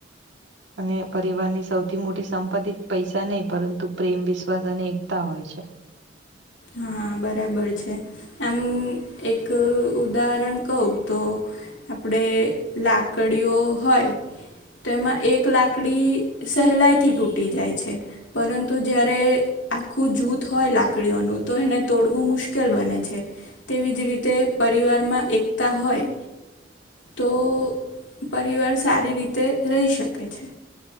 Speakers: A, on the right (about 75°); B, on the left (about 80°).
A: અને પરિવારની સૌથી મોટી સંપત્તિ પૈસા નહીં પરંતુ પ્રેમ વિશ્વાસ અને એકતા હોય છે.
B: હા બરાબર છે, આમ એક ઉદાહરણ કહ તો આપડે લાકડીઓ હોય. તો એમાં એક લાકડી સહેલાઈથી તૂટી જાય છે. પરંતુ જયારે આખું જૂથ હોય લાકડીઓનું. તો એને તોડવું મુશ્કેલ બને છે. તેવી જ રીતે પરિવારમાં એકતા હોય. તો પરિવાર સારી રીતે રહી શકે છે.